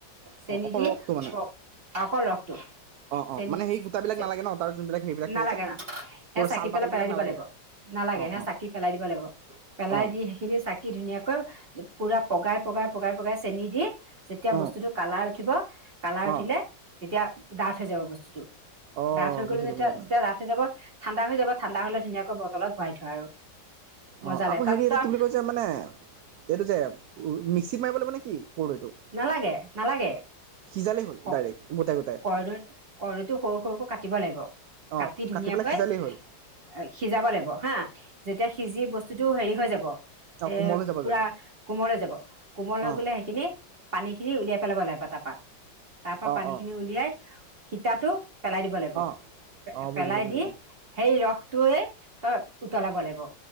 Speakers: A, on the right; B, on the right.
A: চেনী
B: অ অকল
A: দি-
B: ৰসটো মানে
A: অকল ৰসটো,
B: অ অ
A: চেনী-
B: মানে সেই গোটাবিলাক
A: চে-
B: নালাগে ন তাৰ যোনবিলাক সেইবিলাক
A: নালাগে,
B: থাকে যে
A: নালা-। সেই
B: ক'ৰ
A: চাকি
B: ছাল
A: পেলাই
B: বাকলিবিলাক
A: পেলাই দিব
B: নালাগে
A: লাগিব। নালাগে,
B: অ
A: সেই
B: অ
A: চাকি পেলাই দিব লাগিব। পেলাই
B: অ
A: দি সেইখিনি চা কৈ পুৰা পগাই - পগাই - পগাই - পগাই চেনি দি যেতিয়া
B: অ
A: বস্তুটো কালাৰ উঠিব, কালাৰ
B: অ
A: উঠিলে তেতিয়া ডাঠ হৈ যাব বস্তুটো।
B: অ
A: ডাঠ হৈ গলে
B: বুজিলোঁ
A: যেতিয়া-
B: বুজিলোঁ
A: যেতিয়া ডাঠ হৈ যাব, ঠাণ্ডা হৈ যাব। ঠাণ্ডা হ'লে ধুনীয়াকৈ বটলত ভৰাই থোৱা আৰু।
B: অ'
A: মজা লাগে
B: আকৌ
A: তাত
B: হেৰি এটা
A: তই
B: কি বুলি কয় যে মানে এইটো যে ম- মিক্সিত মাৰিব লাগিব নে কি? কৰদৈটো
A: নালাগে - নালাগে।
B: সিজালেই হ'ল
A: ক-
B: ডাইৰেক্ট গোটাই গোটাই
A: কৰ্দৈ- কৰ্দৈটো সৰু - সৰুকৈ কাটিব লাগিব।
B: অ
A: কাটি ধুনীয়াকৈ
B: পেলাই সিজালেই হ'ল
A: অ'- সিজাব লাগিব, হা। যেতিয়া সিজি বস্তুটো হেৰি হৈ যাব,
B: অ
A: এ-
B: কোমল হৈ যাব
A: পুৰা
B: যে
A: কোমল হৈ যাব, কোমল হৈ
B: অ
A: গ'লে সেইখিনি পানীখিনি উলিয়াই পেলাব লাগিব তাৰপৰা। তাৰপৰা
B: অ
A: পানীখিনি
B: অ
A: উলিয়াই শিতাটো পেলাই দিব লাগিব।
B: অ
A: পে-
B: অ
A: পেলাই
B: বুজিলোঁ বুজিলোঁ
A: দি সেই ৰস তোৱে তই উতলাব লাগিব।